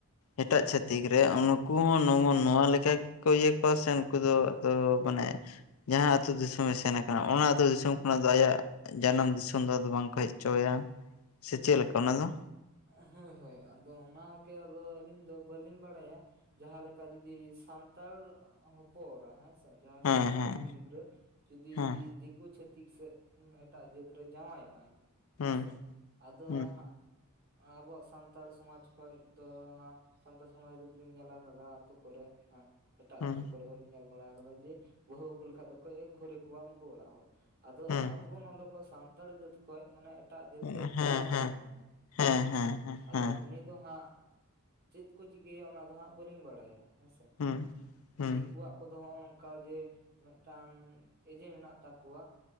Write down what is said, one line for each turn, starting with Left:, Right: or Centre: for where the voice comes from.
Left: ᱮᱴᱟᱜ
Right: ᱦᱳᱭ
Left: ᱪᱷᱟᱹᱛᱤᱠ ᱨᱮ ᱾ ᱩᱱᱩᱠᱩ ᱦᱚᱸ ᱱᱚᱣᱟ ᱞᱮᱠᱟ ᱜᱮᱠᱚ ᱤᱭᱟᱹ ᱠᱚᱣᱟ ᱥᱮ ᱱᱩᱠᱩ ᱫᱚ ᱢᱟᱱᱮ ᱡᱟᱦᱟᱸ ᱟᱹᱛᱩ ᱫᱤᱥᱚᱢ ᱮ ᱥᱮᱱ ᱟᱠᱟᱱᱟ ᱚᱱᱟ ᱟᱹᱛᱩ ᱫᱤᱥᱚᱢ ᱚᱱᱟ ᱫᱚ ᱟᱭᱟᱜ ᱡᱟᱱᱟᱢ ᱫᱤᱥᱚᱢ ᱫᱚ ᱟᱫᱚ ᱵᱟᱝ ᱠᱚ ᱦᱮᱡ ᱦᱚᱪᱚ ᱟᱭᱟ, ᱥᱮ ᱪᱮᱫ ᱞᱮᱠᱟ ᱟᱱᱟ ᱫᱚ?
Right: ᱦᱳᱭ ᱦᱳᱭ ᱟᱫᱚ ᱚᱱᱟᱜᱮ ᱟᱫᱚ ᱟᱹᱞᱤᱧ ᱫᱚ ᱵᱟᱹᱞᱤᱧ ᱵᱟᱲᱟᱭᱟ? ᱡᱟᱦᱟᱸ ᱞᱮᱠᱟ ᱡᱩᱫᱤ ᱥᱟᱱᱛᱟᱲ ᱦᱚᱯᱚᱮᱚᱨᱟ ᱦᱮᱸᱼᱼ ᱡᱟᱦᱟᱸ
Left: ᱦᱮᱸ
Right: ᱥᱟᱱᱛᱟᱲ
Left: ᱦᱮᱸ
Right: ᱠᱩᱲᱤ ᱜᱤᱫᱽᱨᱟᱹ ᱡᱫᱤ
Left: ᱦᱮᱸ
Right: ᱫᱤᱠᱩ ᱪᱷᱟᱹᱛᱤᱼᱼ ᱷᱛᱤᱠ ᱥᱮᱫ ᱮᱴᱟᱜ ᱡᱟᱹᱛ ᱨᱮ ᱡᱟᱶᱟᱭᱚᱜ ᱟᱭ
Left: ᱦᱩᱸ
Right: ᱦᱮᱸ ᱥᱮ ᱟᱫᱚ
Left: ᱦᱩᱸ
Right: ᱦᱟᱸᱜᱼᱼ ᱟᱵᱚᱣᱟᱜ ᱥᱟᱱᱛᱟᱲ ᱥᱚᱢᱟᱡᱽ ᱠᱷᱚᱡ ᱫᱚ ᱦᱟᱸᱜᱼᱼ ᱥᱟᱱᱛᱟᱲ ᱥᱚᱢᱟᱡᱽ ᱨᱮᱫᱚᱞᱤᱧ ᱧᱮᱞᱟ ᱟᱠᱟᱫᱟ ᱟᱛᱳ ᱠᱚᱨᱮ ᱦᱟᱸᱜᱼᱼ ᱮᱴᱟᱜ
Left: ᱦᱩᱸ
Right: ᱟᱹᱛᱩ ᱠᱚᱨᱮ ᱦᱚᱸᱧ ᱧᱮᱞ ᱵᱟᱲᱟ ᱠᱟᱫᱟ ᱡᱮ ᱵᱟᱹᱦᱩ ᱟᱹᱜᱩ ᱞᱮᱠᱷᱟᱡ ᱫᱚᱠᱚ ᱮᱠ ᱜᱷᱩᱨᱤ ᱠᱚᱣᱟ ᱩᱱᱠᱩ ᱚᱲᱟᱜ ᱦᱚᱲ᱾ ᱟᱫᱚ
Left: ᱦᱩᱸ
Right: ᱟᱵᱚ ᱱᱚᱰᱮ ᱠᱷᱚᱱ ᱥᱟᱱᱛᱟᱲ ᱡᱟᱹᱛ ᱠᱷᱚᱡ ᱢᱟᱱᱮ ᱮᱴᱟᱜ ᱡᱟᱹᱛ
Left: ᱦᱮᱸ
Right: ᱨᱮ
Left: ᱦᱮᱸ
Right: ᱡᱟᱶᱟᱭᱚᱜ
Left: ᱦᱮᱸ
Right: ᱠᱟᱱᱟᱭ᱾
Left: ᱦᱮᱸ
Right: ᱦᱮᱸᱥᱮ
Left: ᱦᱮᱸ
Right: ᱟᱫᱚ
Left: ᱦᱮᱸ
Right: ᱩᱱᱤ ᱫᱚ ᱦᱟᱸᱜ ᱪᱮᱫ ᱠᱚ ᱪᱤᱠᱟᱹᱭᱟ ᱚᱱᱟ ᱫᱚ ᱦᱟᱸᱜ ᱵᱟᱹᱞᱤᱧ ᱵᱟᱲᱟᱭᱟ᱾ ᱦᱮᱸᱥᱮ
Left: ᱦᱩᱸ ᱦᱩᱸ
Right: ᱫᱤᱠᱩᱣᱟᱜ ᱠᱚᱫᱚ ᱦᱚᱜᱼᱚ ᱱᱚᱝᱠᱟ ᱡᱮᱼᱼ ᱢᱤᱫᱴᱟᱝ ᱮᱡᱮ ᱢᱮᱱᱟᱜ ᱛᱟᱠᱚᱣᱟ᱾